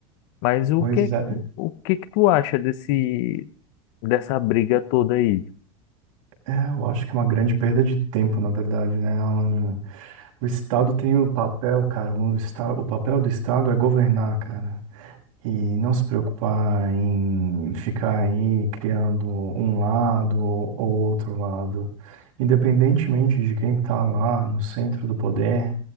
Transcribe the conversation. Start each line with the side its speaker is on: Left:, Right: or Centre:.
Left: Mas o
Right: Pois
Left: que, é
Right: é.
Left: que tu- o que que tu acha desse, dessa briga toda aí?
Right: É, eu acho que é uma grande perda de tempo, na verdade, né, Alan? O Estado tem o papel, cara. O, esta... o papel do Estado é governar, cara. E não se preocupar em ficar aí criando um lado ou outro lado. Independentemente de quem está lá no centro do poder